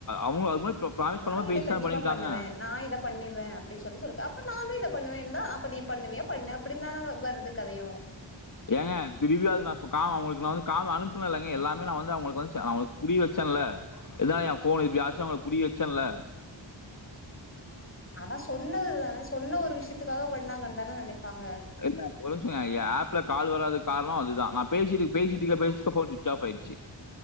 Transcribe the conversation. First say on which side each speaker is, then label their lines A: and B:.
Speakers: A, on the left; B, on the left.
A: அவுங்க அது மாரி ப்ராமிஸ்
B: நான்
A: பண்ண மாரி
B: இதை
A: பேசி
B: கண்டிப்பா
A: தான பண்ணிருக்காங்க.
B: பண்ணுவேன் நான் இதை பண்ணிடுவேன் அப்படின்னு சொல்லி சொல்க் அப்ப நானே இதை பண்ணுவேன்னு தான் அப்ப நீ பண்ணுவியா பண்ணு அப்படின்னு தானே வருறது கதையும்
A: ஏங்க திரும்பியாது நான் கா அவுங்களுக்கு நான் வந்து கா அனுப்புனேன்லங்க எல்லாமே நான் வந்து அவுங்களுக்கு வந்து அவளுக்கு புரிய வச்சேன்ல இதான் ஏன் ஃபோன் எப்படி ஆச்சும் அவுங்களுக்கு புரிய வச்சேன்ல
B: ஆனா சொன்னது தானே சொன்ன ஒரு விஷயத்துக்காக பண்ணாங்கன் தான நெனைப்பாங்க
A: என் நிமிஷம் ஏன் ஆப்ல கால் வராதது காரணம் அதுதான் நான் பேசிட்டு பேசிட்டு இருக்கேல ஃபோன் சுவிட்ச் ஆப் ஆயிடுச்சு